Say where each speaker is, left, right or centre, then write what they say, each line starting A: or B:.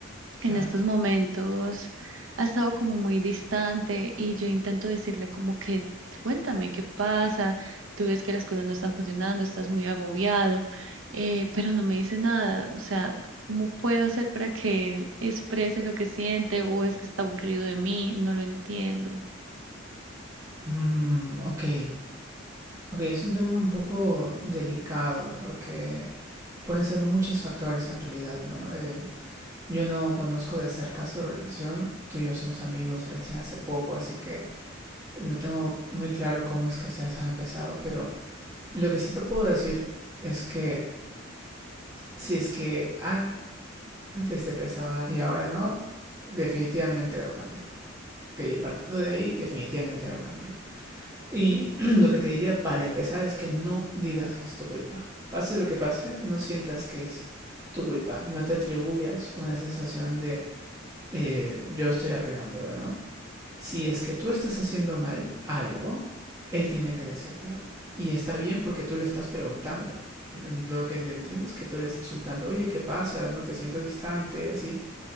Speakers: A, on the right (about 15°); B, on the right (about 75°).
A: Claro.
B: en estos momentos ha estado como muy distante y yo intento decirle como que cuéntame qué pasa, tú ves que las cosas no están funcionando, estás muy agobiado, eh, pero no me dice nada, o sea, ¿cómo puedo hacer para que él exprese lo que siente o es que está aburrido de mí? No lo entiendo.
A: Mm, ok. Ok, es un tema un poco delicado porque pueden ser muchos factores en realidad, ¿no? Eh, yo no conozco de cerca su relación. Tú y yo somos amigos recién hace poco, así que No tengo muy claro cómo es que ustedes han empezado, pero lo que sí te puedo decir es que si es que antes te prestaba y ahora no, definitivamente algo cambió. Ok, partiendo de ahí, definitivamente algo cambió. Y <clears throat> lo que te diría para empezar es que no digas que es tu culpa. Pase lo que pase, no sientas que es tu culpa. No te atribuyas una sensación de eh, yo estoy arruinándolo, ¿no? si es que tú estás haciendo mal algo, él tiene que decírtelo. Y está bien porque tú le estás preguntando. Mm, Lo que entiendo es que tú le estás soltando, oye, ¿qué pasa? No te siento distante, así.